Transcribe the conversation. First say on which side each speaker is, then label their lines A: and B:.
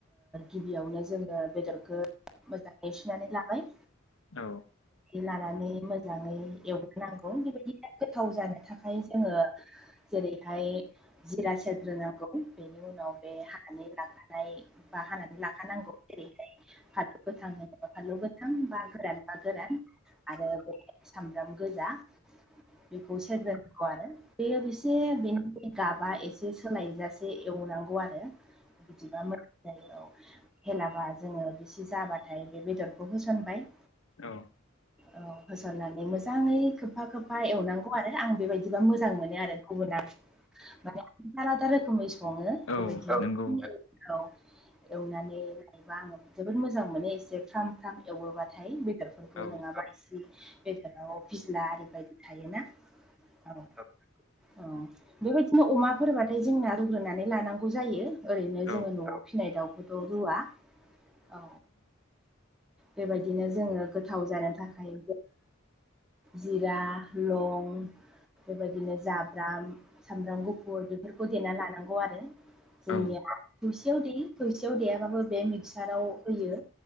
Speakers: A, in the centre; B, on the left.
A: गिबियावनो जोङो बेदरखौ मोजाङै सुनानै लाबाय।
B: औ।
A: लानानै मोजाङै एवग्रोनांगौ बेबायदिनो गोथाव जानो थाखाय जोङो जेरैहाय जिरा सेरग्रोनांगौ बेनि उनाव बे हानै लाबानाय बा हानानै लाखानांगौ दे फाथो गोथां होनोबा फालौ गोथां बा गोरान बा गोरान आरो सामब्राम गोजा बेखौ सेरग्रायांगौ आरो। बेयो बेसे बेनि गाबा एसे सोलायजासे एवनांगौ आरो, बिदिबा मो जयाव हेलाबा जोङो बेसे जाबाथाय बे बेदरखौ होसनबाय।
B: औ।
A: औ होसननानै मोजाङै खोबफा खोबफा एवनांगौ आरो आं बेबायदिबा मोजां मोनो आरो। गुबुना माने आलादा आलादा रोखोमै सङो
B: औ
A: बेबायदि ओ
B: नंगौ
A: औ एवनानै आं जोबोद मोजां मोनो एसे फ्राम फ्राम एवोबाथाय बेदरफोरखौ
B: औ
A: नङाबा एसे बेदराव फिस्ला आरि बायदि थायोना? औ। औ बेबायदिनो अमाफोरबाथाय जोंना रुग्रोनानै लानांगौ जायो। ओरैनो
B: औ
A: जोङो न'आव फिसिनाय दाउखौथ' रुवा। औ बेबायदिनो जोङो गोथाव जानो थाखाय जिरा, लं बेबायदिनो जाब्राम सामब्राम गुफुर बेफोरखौ देना लानांगौ आरो। जोंनिया
B: औ
A: थोसेयाव दै थोसेयाव दैयाबाबो बे हासाराव होयो,